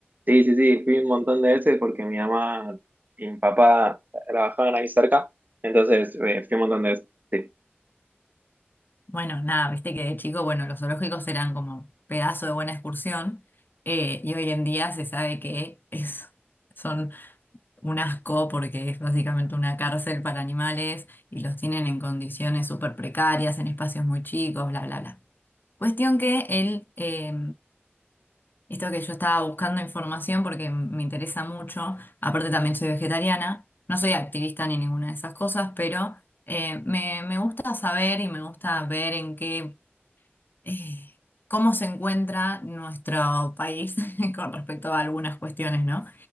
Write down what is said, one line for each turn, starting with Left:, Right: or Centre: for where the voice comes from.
Right: Sí, sí, sí, fui un montón de veces porque mi mamá y mi papá trabajaban ahí cerca, entonces eh, fui un montón de veces. sí.
Left: Bueno, nada, viste que de chico, bueno, los zoológicos eran como pedazo de buena excursión, eh, y hoy en día se sabe que es, son un asco porque es básicamente una cárcel para animales y los tienen en condiciones súper precarias, en espacios muy chicos, bla, bla, bla. Cuestión que él eh, Esto que yo estaba buscando información porque me interesa mucho, aparte también soy vegetariana, no soy activista ni ninguna de esas cosas, pero eh, me, me gusta saber y me gusta ver en qué, eh, cómo se encuentra nuestro país <laughs> con respecto a algunas cuestiones, ¿no?